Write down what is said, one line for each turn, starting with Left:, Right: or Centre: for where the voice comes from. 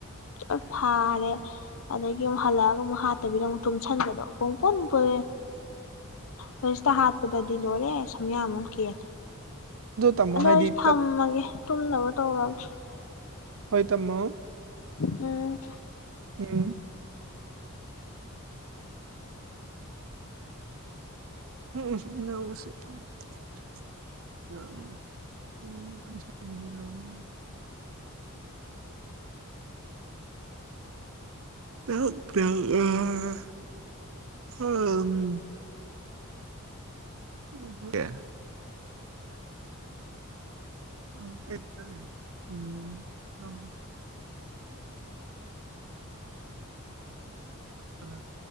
Left: ꯂꯣꯏ ꯐꯥꯔꯦ ꯑꯗꯒꯤ ꯑꯃꯨꯛ ꯍꯜꯂꯛꯑꯒ ꯑꯃꯨꯛ ꯍꯥꯠꯇꯕꯤꯗ ꯑꯃꯨꯛ ꯇꯨꯝꯁꯟꯕꯗꯣ ꯄꯨꯡ ꯄꯨꯟ ꯄꯨꯟꯂꯦ ꯍꯧꯖꯤꯇ ꯍꯥꯠꯄꯗꯗꯤ ꯂꯣꯏꯔꯦ ꯁꯝꯌꯥꯝꯃ ꯀꯦꯂꯦ
Right: ꯇꯝꯃꯣ
Left: ꯑꯗꯣ
Right: ꯍꯥꯏꯗꯤ
Left: ꯑꯩ ꯊꯝꯃꯒꯦ
Right: ꯇꯞ
Left: ꯇꯨꯝꯅꯕ ꯇꯧꯔꯒꯦ
Right: ꯍꯣꯏ ꯇꯝꯃꯣ
Left: ꯎꯝ
Right: ꯎꯝ <unintelligible> <unintelligible> <unintelligible> <unintelligible> <unintelligible> ꯑ <unintelligible>